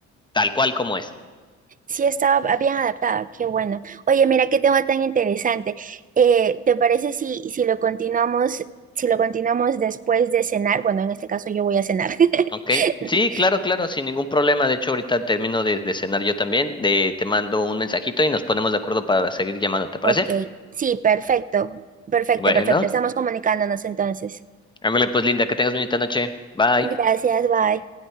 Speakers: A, on the left; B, on the right.
A: tal cual como es.
B: sí estaba bien adaptada, qué bueno. Oye, mira qué tema tan interesante. Eh, ¿te parece si, si lo continuamos, si lo continuamos después de cenar? Bueno, en este caso yo voy a cenar.
A: ¿Ok?
B: <laughs>
A: Sí, claro, claro, sin ningún problema. De hecho, ahorita termino de, de cenar yo también. De, te mando un mensajito y nos ponemos de acuerdo para seguir llamando, ¿te parece?
B: Ok, sí, perfecto, perfecto,
A: Bueno,
B: perfecto. Estamos comunicándonos entonces.
A: ándale pues, Linda, que tengas bonita noche. Bye.
B: Gracias, bye.